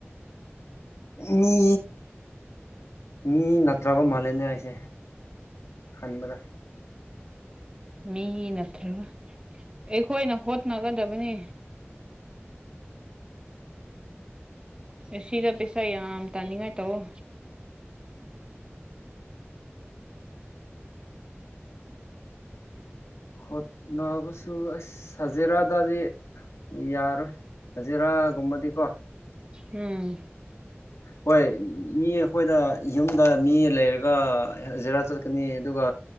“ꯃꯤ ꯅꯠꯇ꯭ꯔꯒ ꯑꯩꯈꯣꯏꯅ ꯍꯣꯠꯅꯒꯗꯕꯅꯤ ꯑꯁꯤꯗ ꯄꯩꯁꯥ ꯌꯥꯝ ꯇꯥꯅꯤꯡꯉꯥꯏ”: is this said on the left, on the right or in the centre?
Right